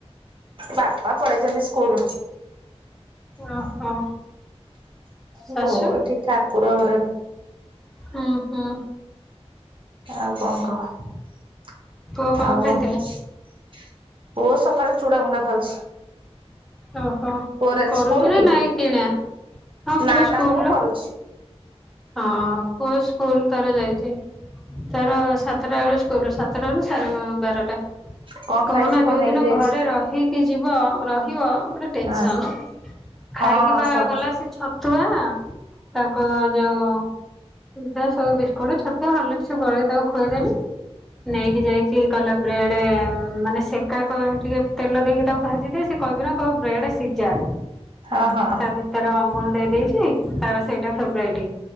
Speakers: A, on the right; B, in the centre.
A: ବାପା ପଳେଇଛନ୍ତି ସ୍କୁଲୁ।
B: ଓହୋ ଶାଶୁ
A: ବୋଉ ଏଠି ଠାକୁର ଘରେ।
B: ହୁଁ ହୁଁ।
A: ଆଉ କଣ କହ
B: ପୁଅ କଣ
A: ଆଉ।
B: ଖାଇଥିଲା?
A: ପୁଅ ସକାଳୁ ଚୁଡା ଗୁଣ୍ଡା ଖାଉଛି।
B: ଓହୋ
A: ପୁଅର ଆଜି
B: କରୁଛୁ
A: ସ୍କୁଲ କି
B: ନା ନାଇଁ କିଣା? ହଁ
A: ନା
B: ପୁଅ ସ୍କୁଲ୍
A: ନା ମୁଁ
B: ର।
A: କରୁଛି।
B: ହଁ ପୁଅ ସ୍କୁଲ ତାର ଯାଇଛି ତାର ସାତଟା ବେଳେ ସ୍କୁଲ ସାତଟା ରୁ ସାଢେ ବା-ବାରଟା
A: କଣ
B: କହନା
A: ଖାଇଛି କଣ
B: ଯୋଉ
A: ନେଇକି
B: ଦିନ
A: ଯାଇଛି
B: ଘରେ ରହିକି ଯିବ ରହିବ ଗୋଟେ ଟେନସନ
A: ହଁ
B: ଖାଇକିିବା
A: ହଁ ସବୁ
B: ଗଲା ସେ ଛତୁଆ ତାଙ୍କ ଯୋଉ ଯ ସବୁ ବିସ୍କୁଟ, ଛତୁଆ, ହାର୍ଲିକ୍ସ୍ ଗୋଳେଇ ତାକୁ ଖୋଇଦେଲି। ନେଇକି ଯାଇଚି କହିଲା ବ୍ରେଡ ଉଁ ମାନେ ସେକା କ ଟିକେ ତେଲ ଦେଇକି ତାକୁ ଭାଜିଦିଏ ସେ କହିବି ନା କ ବ୍ରେଡ ସିଝା
A: ହଁ ହଁ
B: ତା ଭିତରେ ଅମୁଲ ଦେଇ ଦେଇଚି ତାର ସେଇଟା ଫେବ୍ରାଇଟ୍।